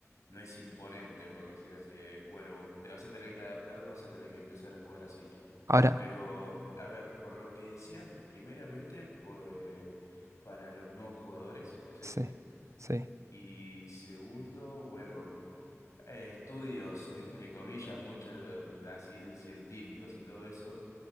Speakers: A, on the left; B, on the right.
A: no es imponente, por decir así, de, bueno, te vas a tener que adaptar, vas a tener que empezar a jugar así.
B: Ahora,
A: Pero, a ver, por lo que decían, primeramente, pues, para los nuevos jugadores, ¿es
B: sí,
A: esto?
B: sí.
A: Y segundo, bueno, eh, estudios, entre comillas, mucho eh, así de científicos y todo eso